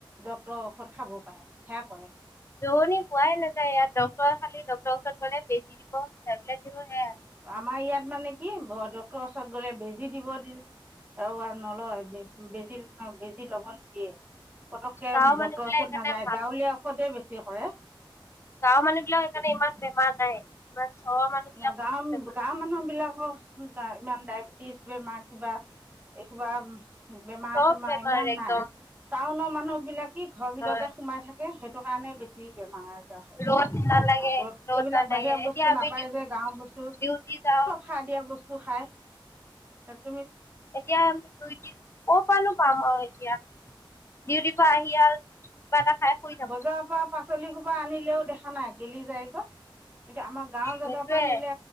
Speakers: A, on the right; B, on the left.
A: ডক্তৰৰ ঔষধ খাব পাৰে সেয়া কৰে
B: যহনি পোৱাই নাজায় ইয়াত খালি ডক্তৰৰ ওচৰত গলে বেছি দিব টেবলেট দিব সেয়া
A: আমাৰ ইয়াত মানে কি ডক্তৰৰ অশোক <unintelligible> গলে বেজি দিব দি <unintelligible> নলয় বেজি বেজি লব নিদিয়ে পটককে
B: গাঁৱৰ মানুহ
A: ডক্টৰৰ
B: বিলাক
A: ওচৰত
B: সেইকাৰণে
A: নাযায়
B: ভাল
A: গাঁৱলীয়া ঔষধে বেছি কি কলে
B: গাঁৱৰ মানুহ বিলাক সেইকাৰণে ইমান বেমাৰ নাই ইমান চহৰৰ মানুহ বিলাকৰ
A: অ গাও
B: বেছি বেমাৰ
A: গাওৰ মানুহ বিলাকৰ ইমান ডায়েবেটিছ বেমাৰ কিবা এইসোপা বেমাৰ
B: চব
A: চেমাৰ
B: বেমাৰ
A: ইমান
B: একদম
A: নাই টাউনৰ মানুহ বিলাকে ঘৰৰ ভিতৰতে
B: হয়
A: সোমাই থাকে সেইটো কাৰণে বেছি বেমাৰ আজাৰ হয়
B: ৰ'দ নালাগে
A: আকৌ
B: ৰ'দ
A: এইবিলাক
B: নালাগে
A: বাহিৰা
B: এতিয়া
A: বস্তু
B: আমি
A: নাপ পায়
B: ডিউ-
A: যে গাওৰ বস্তু
B: ডিউটি যাওঁ
A: চব সাৰ দিয়া বস্তু <inaudible>
B: এতিয়া আমি দুইদিন ক'পানো পাম আৰু এতিয়া ডিউটিৰ পৰা আহি কিবা এটা খাই শুই থাকো
A: বজাৰৰ পৰা পাচলি সোপা আনিলেও দেখা নাই গেলি যায়গ এতিয়া আমাৰ গাঁওৰ জেগাৰ
B: সেইটোয়ে
A: পৰা নিলে